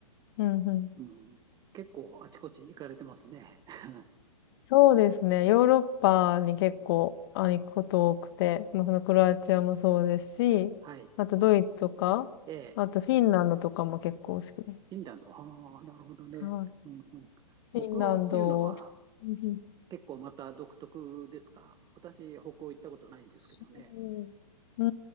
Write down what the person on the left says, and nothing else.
うんうん。
そうですね。ヨーロッパに結構あ行くこと多くて、まあそのクロアチアもそうですし、
あとドイツとか、
あとフィンランドとかも結構好きです。
はい。
フィンランド、うんうん
そう。う